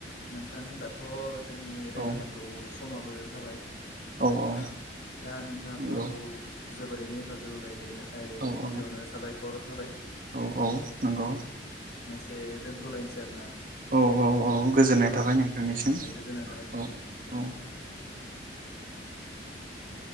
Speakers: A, on the left; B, on the right.
A: नोंथां होमबाथ' जोंनि रायलायनांगौ
B: औ
A: सम समाबो जाबाय
B: औ औ
A: आह दा नोंथाङाथ'
B: नंगौ
A: आंखौ जोबोरैनो हेफाजाब होबाय बेनि थाखाय
B: औ
A: गिबियावनो
B: औ
A: साबायखर होबाय
B: औ औ नंगौ
A: दे दोनथ'लायनोसै आरो न
B: औ औ गोजोननाय
A: औ
B: थाबाय नोंथांनिसिम
A: दे दे गोजोन्नाय थाबाय नोंथांसिमबो
B: औ
A: दे
B: औ
A: <inaudible>